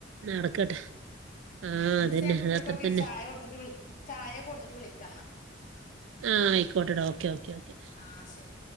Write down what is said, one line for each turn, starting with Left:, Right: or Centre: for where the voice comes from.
Right: നടക്കട്ടെ ആഹ്
Left: ഉം
Right: അതന്നെ
Left: മിസ്സ കുട്ടികൾക്കൊക്കെ
Right: അത് അത്ര തന്നെ
Left: ചായ കൊടുത്തിട്ട് വിളി ചായ കൊടുത്തിട്ട് വിളിക്കാംന്നാ
Right: ആ ആയിക്കോട്ടെടാ ഓക്കെ ഓക്കെ ഓക്കെ
Left: ആ ശരി